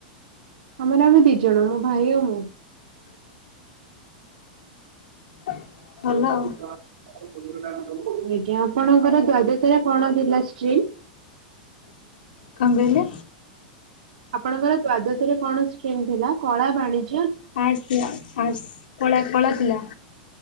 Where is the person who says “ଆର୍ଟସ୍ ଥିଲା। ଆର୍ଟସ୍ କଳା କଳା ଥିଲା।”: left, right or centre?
Left